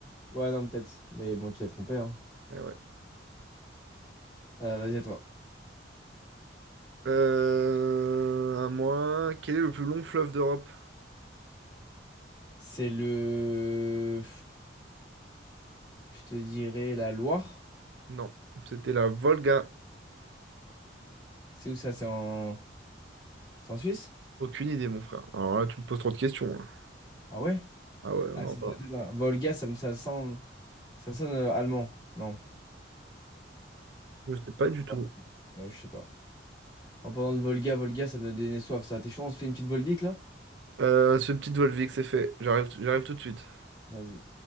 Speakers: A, on the left; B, on the right.
A: Ouais, non, peut-être. Mais bon, tu t'es trompé, hein.
B: Eh ouais.
A: Euh, vas-y, à toi.
B: Euh, à moi, quel est le plus long fleuve d'Europe?
A: C'est le... Je te dirais la Loire.
B: Non, c'était la Volga.
A: C'est où ça? C'est en... C'est en Suisse?
B: Aucune idée, mon frère. Alors là, tu me poses trop de questions. hein.
A: Ah ouais?
B: Ah ouais,
A: Ah,
B: non,
A: c'est-
B: pas-
A: attends, Volga, ça me ça semble... Ça sonne euh, allemand. Non.
B: je sais pas du tout.
A: Ouais, ouais, je sais pas. En parlant de Volga, Volga, ça me donne des soif, ça. T'es chaud, on se fait une petite Volvic, là?
B: Euh, ce petit doigt levé que c'est fait. J'arrive, j'arrive tout de suite.
A: Vas-y.